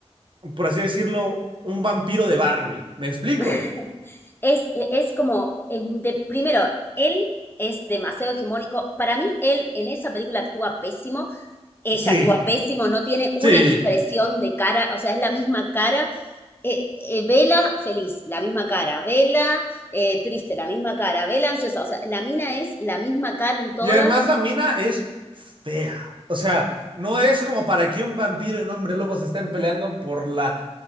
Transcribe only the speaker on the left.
<laughs> Es, e- es como, em, de, primero, él es demasiado hegemónico. Para mí, él en esa película actúa pésimo. Ella
actúa pésimo, no tiene una
expresión de cara, o sea, es la misma cara. eh, eh, Vela feliz, la misma cara. Vela eh, triste, la misma cara. Vela ansiosa, o sea, la mina es la misma cara en todas.